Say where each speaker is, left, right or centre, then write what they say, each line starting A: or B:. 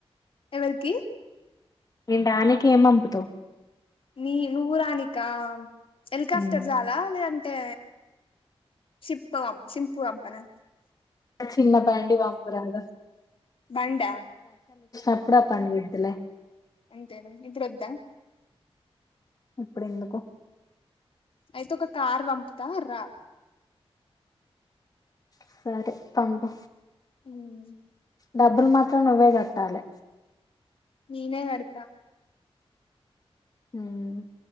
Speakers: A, on the left (about 65°); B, on the left (about 40°).
A: ఎవరికి.
B: మేము రానీకే ఏం పంపుతావు.
A: నీ నువ్వు రానీకా హెలికాప్టర్
B: ఉమ్
A: సలా లేదు అంటే. టే షిప్ షిప్పు పంపనా.
B: చిన్న బండి పంపరాదు.
A: బండా.
B: అప్పుడే పందులే.
A: అంతేనా ఇప్పుడు వద్దా.
B: ఇప్పుడు ఎందుకు.
A: అయితే ఒక కార్ పంపుతా రా.
B: సరే పంపు.
A: హ్మ్.
B: డబ్బులు మాత్రం నువ్వే కట్టాలి.
A: నీనే కడ్త.
B: హ్మ్.